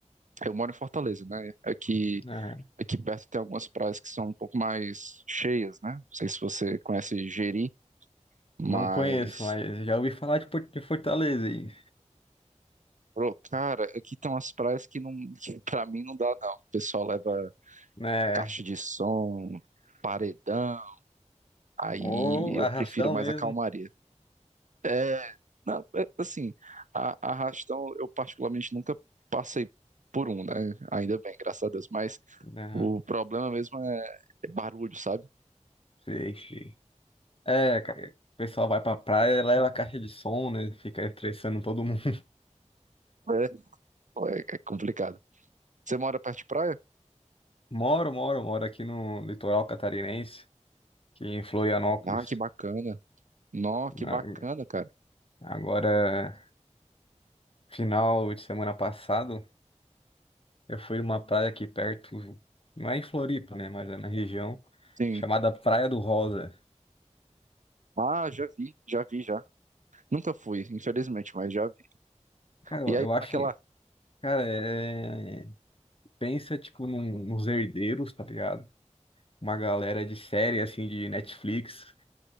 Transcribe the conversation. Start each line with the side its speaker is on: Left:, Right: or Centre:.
Right: eu moro em Fortaleza, né? Aqui,
Left: Ah,
Right: aqui perto tem algumas praias que são um pouco mais cheias, né? Não sei se você conhece Jeri, mas,
Left: Não conheço, mas já ouvi falar de Por- de Fortaleza aí,
Right: pô, cara, aqui tem umas praias que não, <laughs> que pra mim não dá, não. O pessoal leva.
Left: né?
Right: caixa de som, paredão, aí
Left: Ou
Right: eu
Left: arrastão
Right: prefiro mais
Left: mesmo.
Right: a calmaria. É, não, é, assim, a, a arrastão eu particularmente nunca passei por um, né? Ainda bem, graças a Deus, mas
Left: Aham,
Right: o problema mesmo é, é barulho, sabe?
Left: Sei, sei. É, cara, o pessoal vai pra praia, leva a caixa de som, né? Fica estressando todo <laughs> mundo.
Right: É, é é complicado. Você mora perto de praia?
Left: Moro, moro, moro aqui no litoral catarinense, aqui em Florianópolis.
Right: Ah, que bacana. Nó,
Left: Na-
Right: que bacana, cara.
Left: Agora, final de semana passado, eu fui numa praia aqui perto, não é em Floripa, né, mas é na região,
Right: Sim.
Left: chamada Praia do Rosa.
Right: Ah, já vi, já vi, já. Nunca fui, infelizmente, mas já vi.
Left: Cara, eu,
Right: E aí,
Left: eu
Right: como
Left: acho,
Right: é que é lá?
Left: cara, é- pensa, tipo, num- nos herdeiros, tá ligado? Uma galera de série, assim, de Netflix,